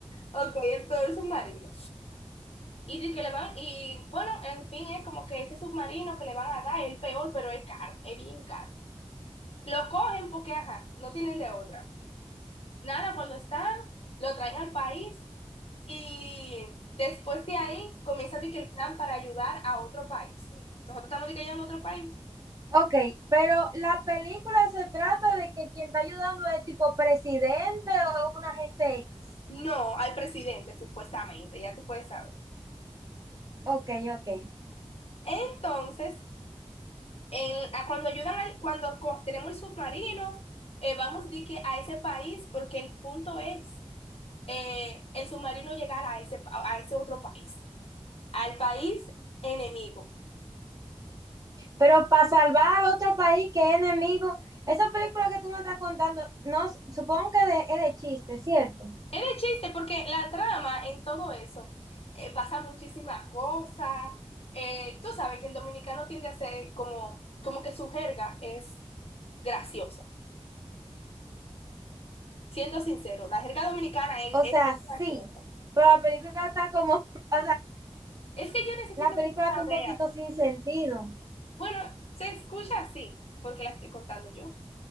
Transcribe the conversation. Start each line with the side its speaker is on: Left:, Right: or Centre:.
Left: Ok, el peor submarino. Y de que le van, y bueno, en fin, es como que ese submarino que le van a dar es el peor, pero es caro, es bien caro. Lo cogen porque, ajá, no tienen de otra. Nada, cuando están, lo traen al país y después de ahí comienza de que el plan para ayudar a otro país. Eh, Nosotros estamos de que ayudando a otro país.
Right: Ok, pero la película se trata de que quien está ayudando es tipo presidente o una gente X.
Left: No, al presidente, supuestamente, ya tú puedes saber.
Right: Ok, ok.
Left: Entonces, en- a cuando ayudan al, cuando co- tenemos el submarino, eh, vamos de que a ese país, porque el punto es eh, el submarino llegar a ese, pa- a ese otro país, al país enemigo.
Right: Pero para salvar a otro país que es enemigo, esa película que tú me estás contando, no, supongo que de- es de chiste, ¿cierto?
Left: Es de chiste porque la trama en todo eso eh, pasa muchísimas cosas. Eh, tú sabes que el dominicano tiende a ser como, como que su jerga es graciosa. Siendo sincero, la jerga dominicana es,
Right: O
Left: es
Right: sea,
Left: bien
Right: sí,
Left: graciosa.
Right: pero la película está como, <laughs> o sea,
Left: Es que yo necesito
Right: la película
Left: que tú
Right: está
Left: la
Right: un
Left: veas.
Right: poquito sin sentido.
Left: Bueno, se escucha así porque la estoy contando yo,